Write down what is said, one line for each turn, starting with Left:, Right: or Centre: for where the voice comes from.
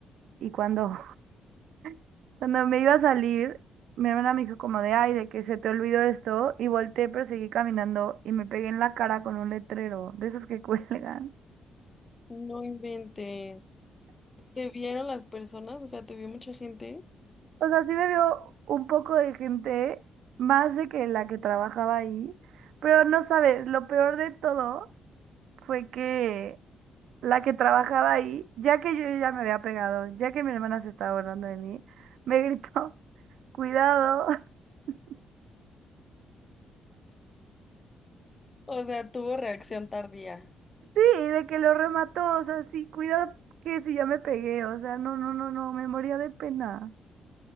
Right: y cuando, <laughs> cuando me iba a salir, mi hermana me dijo como de, ay, de que se te olvidó esto. Y volteé, pero seguí caminando y me pegué en la cara con un letrero de esos que <laughs> cuelgan.
Left: No inventes. ¿Te vieron las personas? O sea, ¿te vio mucha gente?
Right: O sea, sí me vio un poco de gente, más de que la que trabajaba ahí, pero no sabes, lo peor de todo fue que la que trabajaba ahí, ya que yo ya me había pegado, ya que mi hermana se estaba burlando de mí, me gritó, cuidado, <laughs>
Left: O sea, tuvo reacción tardía.
Right: sí, de que lo remató, o sea, sí, cuidado que si ya me pegué, o sea, no, no, no, no, me moría de pena.